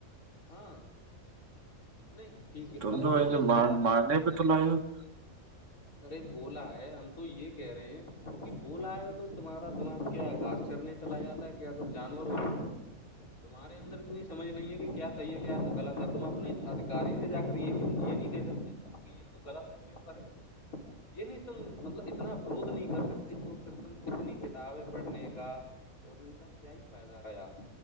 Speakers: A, on the left (about 75°); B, on the right (about 60°).
A: ہاں نہیں ٹھیک ہے
B: تم
A: ارے
B: تو
A: انہوں
B: ویسے
A: نے
B: مار
A: بولا
B: <unintelligible>
A: ارے بولا ہے ہم تو یہ کہہ رہے ہیں کہ بولا ہے تو تمہارا دماغ کیا گاس چرنے چلا جاتا ہے کیا تم جانور ہوچکے ہو تمہارے اندر اتنی سمجھ نہیں ہے کہ کیا صحیح ہے کیا غلط ہے تم اپنے ادیکاری سے جا کر یہ کیوں یہ نہیں کہہ سکتے کہ یہ تو غلط ہے کیوں کرے یہ نہیں تم مطلب اتنا ورود نہیں کر سکتے تو پھر تم اتنی کتابیں پڑھنے کا اور ان کا کیا ہی فائدہ ایا